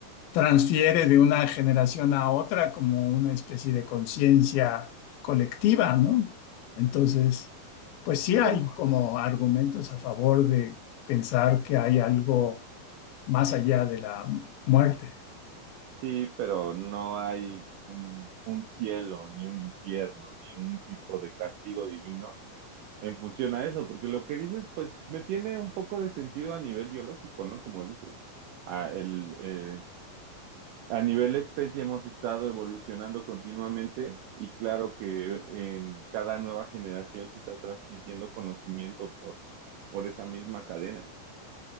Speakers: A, on the left; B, on the right.
A: transfiere de una generación a otra como una especie de conciencia colectiva, ¿no? Entonces, pues sí hay
B: Pues
A: como argumentos a favor de pensar que hay algo más allá de la muerte.
B: sí, pero no hay un, un cielo, ni un infierno, ni un tipo de castigo divino en función a eso, porque lo que dices, pues me tiene un poco de sentido a nivel biológico, ¿no? Como dices, ah, el, eh, A nivel especie hemos estado evolucionando continuamente y claro que en cada nueva generación se está transmitiendo conocimiento por, por esa misma cadena.